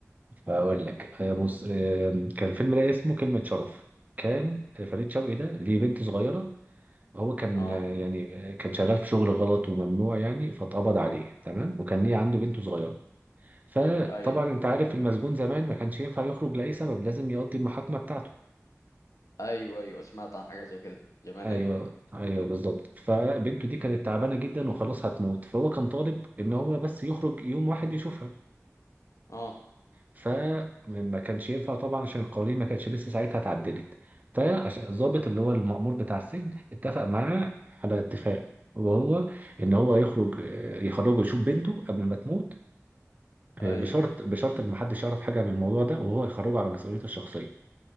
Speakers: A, on the right; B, on the left.
A: فاقول لك آه، بص آم، كان فيلم ده اسمه كلمة شرف كان فريد شوقي ده ليه بنت صغيرة هو كان
B: اه
A: آه، يعني آه، كان شغال في شغل غلط وممنوع يعني فاتقبض عليه تمام وكان ليه عنده بنت صغيرة فطبعا
B: ايوه
A: انت عارف المسجون زمان ما كانش ينفع يخرج لأي سبب لازم يقضي المحاكمة بتاعته
B: ايوه ايوه سمعت عن حاجه زي كده زمان
A: ايوه
B: ايوه
A: ايوه بالظبط فبنته دي كانت تعبانة جدا وخلاص هتموت فهو كان طالب ان هو بس يخرج يوم واحد يشوفها
B: اه
A: فما كانش ينفع طبعا عشان القوانين ما كانتش لسه ساعتها اتعدلت فعشان الضابط اللي هو المأمور بتاع السجن اتفق معاه على اتفاق وهو ان هو يخرج يخرجه يشوف بنته قبل ما تموت بشرط
B: ايوه
A: بشرط ان محدش يعرف حاجه عن الموضوع ده وهو يخرجه على مسؤوليته الشخصيه